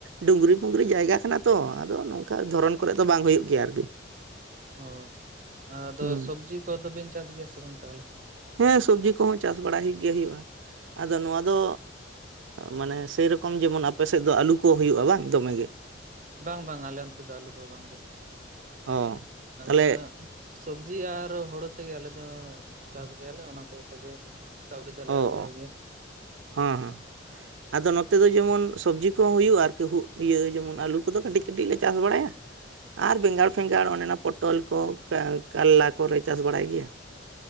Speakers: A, on the right; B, on the right.
A: ᱰᱩᱝᱨᱤ ᱯᱩᱝᱨᱤ ᱡᱟᱭᱜᱟ ᱠᱟᱱᱟ ᱛᱚ ᱟᱫᱚ ᱱᱚᱝᱠᱟ ᱫᱷᱚᱨᱚᱱ ᱠᱚᱨᱮ ᱫᱚ ᱵᱟᱝ ᱦᱩᱭᱩᱜ ᱜᱮᱭᱟ ᱟᱨᱠᱤ᱾
B: ᱚ ᱟᱫᱚ
A: ᱦᱩᱸ
B: ᱥᱚᱵᱡᱤ ᱠᱚᱫᱚ ᱵᱤᱱ ᱪᱟᱥ ᱜᱮᱭᱟ ᱥᱮ ᱵᱟᱝ ᱛᱟᱦᱚᱞᱮ?
A: ᱦᱮᱸ ᱥᱚᱵᱡᱤ ᱠᱚᱦᱚᱸ ᱪᱟᱥ ᱵᱟᱲᱟ ᱜᱮ ᱦᱩᱭᱩᱜᱼᱟ ᱟᱫᱚ ᱱᱚᱣᱟ ᱫᱚ ᱢᱟᱱᱮ ᱥᱮᱭ ᱨᱚᱠᱚᱢ ᱡᱮᱢᱚᱱ ᱟᱯᱮ ᱥᱮᱫ ᱫᱚ ᱟᱹᱞᱩ ᱠᱚ ᱦᱩᱭᱩᱜᱼᱟ ᱵᱟᱝ ᱫᱚᱢᱮ ᱜᱮ,
B: ᱵᱟᱝ ᱵᱟᱝ ᱟᱞᱮ ᱚᱱᱛᱮ ᱫᱚ ᱟᱞᱩ ᱫᱚ ᱵᱟᱝ ᱜᱮ,
A: ᱚ ᱛᱟᱦᱚᱞᱮ
B: ᱟᱫᱚ ᱥᱚᱵᱽᱡᱤ ᱟᱨ ᱦᱩᱲᱩ ᱛᱮᱜᱮ ᱟᱞᱮ ᱫᱚ ᱪᱟᱥ ᱜᱮᱭᱟᱞᱮ ᱚᱱᱟ ᱠᱚ ᱛᱮᱜᱮ ᱠᱟᱹᱣᱰᱤ ᱫᱚᱞᱮ
A: ᱚ
B: ᱟᱨᱡᱟᱣ
A: ᱚ
B: ᱜᱤᱭᱟ᱾
A: <inaudible> ᱟᱫᱚ ᱱᱚᱛᱮ ᱫᱚ ᱡᱮᱢᱚᱱ ᱥᱚᱵᱽᱡᱤ ᱠᱚᱦᱚᱸ ᱦᱩᱭᱩᱜᱼᱟ ᱟᱨᱠᱤ ᱤᱭᱟᱹ ᱡᱮᱢᱚᱱ ᱟᱹᱞᱩ ᱠᱚᱫᱚ ᱠᱟᱹᱴᱤᱡ ᱠᱟᱹᱴᱤᱡ ᱞᱮ ᱪᱟᱥ ᱵᱟᱲᱟᱭᱟ᱾ ᱟᱨ ᱵᱮᱸᱜᱟᱲ ᱯᱷᱮᱜᱟᱲ ᱚᱸᱱᱮ ᱚᱱᱟ ᱯᱚᱴᱚᱞ ᱠᱚ ᱠᱟᱞᱞᱟ ᱠᱚᱞᱮ ᱪᱟᱥ ᱵᱟᱲᱟᱭ ᱜᱮᱭᱟ